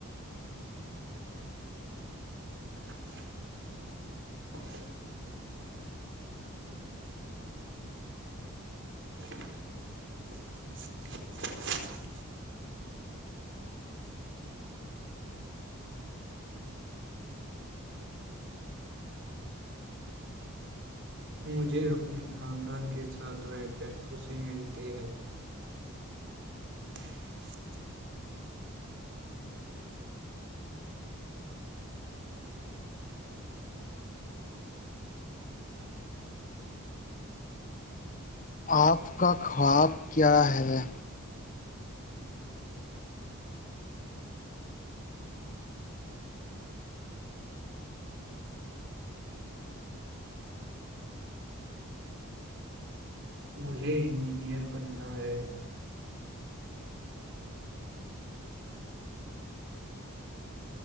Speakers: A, on the right; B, on the left.
A: <inaudible> <inaudible> مجھے اپنے خاندان کے ساتھ رہ کر خوشی ملتی ہے <inaudible>
B: آپ کا خواب کیا ہے
A: مجھے انجینئر بننا ہے